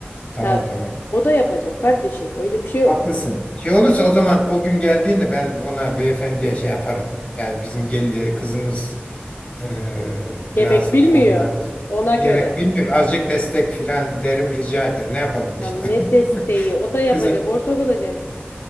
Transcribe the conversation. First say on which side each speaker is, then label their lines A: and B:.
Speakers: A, on the left; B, on the left.
A: Tamam
B: Ya,
A: tamam.
B: o da yapacak kardeşim. Öyle bir şey yok.
A: Haklısın. Şey olursa o zaman o gün geldiğinde ben ona beyefendiye şey yaparım. Yani bizim gel kızımız e,
B: Yemek
A: biraz
B: bilmiyor.
A: bu konularda
B: Ona
A: yemek
B: göre.
A: bilmiyor. Azıcık destek filan derim rica ederim. Ne yapalım işte.
B: Ya ne desteği?
A: <laughs>
B: O da yapacak.
A: Kızı
B: Ortak olacak.